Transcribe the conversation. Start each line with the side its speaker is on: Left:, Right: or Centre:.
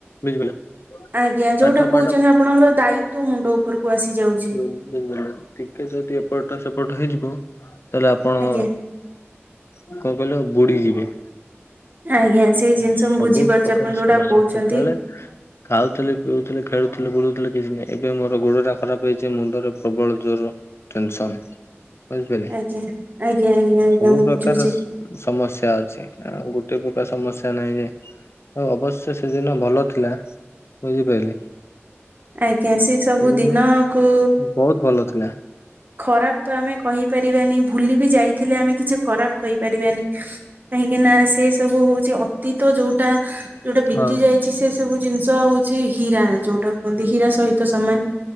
Left: ବୁଝିପାରିଲ।
Right: ଆଜ୍ଞା ଯୋଉଟା
Left: ପାଠ ପାଠ
Right: କହୁଛନ୍ତି ଆପଣଙ୍କର ଦାୟିତ୍ଵ ମୁଣ୍ଡ ଉପରକୁ ଆସିଯାଉଛି।
Left: ବିଲ <unintelligible> ଟିକେ ଯଦି ଏପଟ ସେପଟ ହେଇଯିବ ତାହେଲେ ଆପଣ
Right: ଆଜ୍ଞା
Left: କଣ କହିଲ ବୁଢୀ ଯିବେ।
Right: ଆଜ୍ଞା ସେଇ ଜିନିଷ
Left: ସବୁ
Right: ମୁଁ ବୁଝିପାରୁଛି
Left: ପ୍ରକାର
Right: ଆପଣ ଯୋଉଟା
Left: ସମସ୍ୟା
Right: କହୁଛନ୍ତି।
Left: ସେତେବେଳେ ଖାଉଥିଲେ ପିଉଥିଲେ ଖେଳୁଥିଲେ ବୁଳୁଥିଲେ କିଛି ନାହିଁ ଏବେ ମୋର ଗୋଡଟା ଖରାପ ହେଇଛି ମୁଣ୍ଡରେ ପ୍ରବଳ ଜ୍ୱର ଟେନସନ ବୁଝିପାରିଲେ
Right: ଆଜ୍ଞା ଆଜ୍ଞା ଆଜ୍ଞା ଆଜ୍ଞା
Left: ସବୁ
Right: ମୁଁ
Left: ପ୍ରକାର
Right: ବୁଝୁଛି।
Left: ସମସ୍ୟା ଅଛି ଆଉ ଗୋଟେ ପ୍ରକାର ସମସ୍ୟା ନାହିଁ। ଯେ ଆଉ ଅବଶ୍ୟ ସେଦିନ ଭଲ ଥିଲା ବୁଝିପାରିଲେ।
Right: ଆଜ୍ଞା ସେ ସବୁ
Left: ସେଦିନ
Right: ଦିନକୁ
Left: ବହୁତ ଭଲ ଥିଲା
Right: ଖରାପ ତ ଆମେ କହିପାରିବାନି। ଭୁଲି ବିି ଯାଇଥିଲେ ଆମେ କିଛି ଖରାପ କହିପାରିବାନି କାହିଁକି ନା ସେ ସବୁ ହଉଛି ଅତୀତ ଯୋଉଟା ଯୋଉଟା ବିତି
Left: ହଁ
Right: ଯାଇଛି ସେ ସବୁ ଜିନିଷ ହଉଛି। ହୀରା ଯୋଉଟା କୁହନ୍ତି ହୀରା ସହିତ ସମାନ।